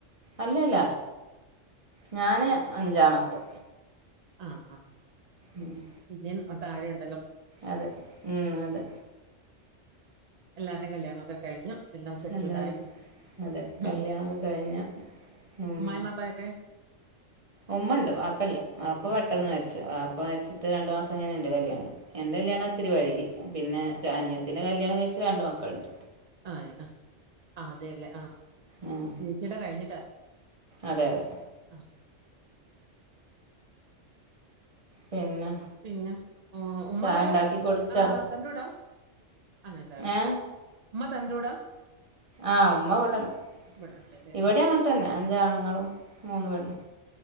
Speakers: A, on the right (about 30°); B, on the right (about 50°).
A: അല്ലല്ല ഞാൻ അഞ്ചാമത്തെ
B: ആ ആ
A: ഉം <unintelligible>
B: ൻ <unintelligible>
A: അതെതെ ഉം അതെ
B: എല്ലാരുടെയും കല്യാണമൊക്കെ കഴിഞ്ഞു എല്ലാം സെറ്റിൽഡ്
A: എല്ലാരും
B: ആയി
A: അതെ കല്യാണമൊക്കെ
B: ഉം.
A: കഴിഞ്ഞു ഉം
B: ഉമ്മായും വാപ്പായൊക്കെ
A: ഉമ്മ ഉണ്ട് വപ്പല്ല വാപ്പ
B: വാപ്പയുടെ
A: പെട്ടെന്ന് മരിച്ചു വാപ്പ വരിച്ചിട്ട് രണ്ടു മാസം അങ്ങനെ എന്റെ കല്യാണം ന്റെ കല്യണം ഇച്ചിരി വൈകി പിന്നെ അനിയത്തിന്റെ കല്യാണം കഴിച്ച് രണ്ട് മക്കളുണ്ട്
B: ആ ആ ആ അതെല്ലേ ആ
A: ഉം
B: അനിയത്തീടെ കഴിഞ്ഞിട്ടാ
A: അതെ അതെ
B: ആ
A: പിന്നെ
B: പിന്നെ ഉമ്മ
A: ചായ
B: എവിടാ
A: ഉണ്ടാക്കി കുടിച്ചാ
B: ആ തന്റെ കൂടാ ആ ഞാൻ ചായ കുടിച്ചു
A: ഏ
B: ഉമ്മ തന്റെ കൂടാ
A: ആ ഉമ്മ വടെണ്ട്.
B: ഇവിടെ ഉണ്ട് അല്ലേ
A: ഇവിടെയങ്ങൻതന്ന
B: ആ
A: അഞ്ചാണുങ്ങളും മൂന്ന് പെണ്ണും.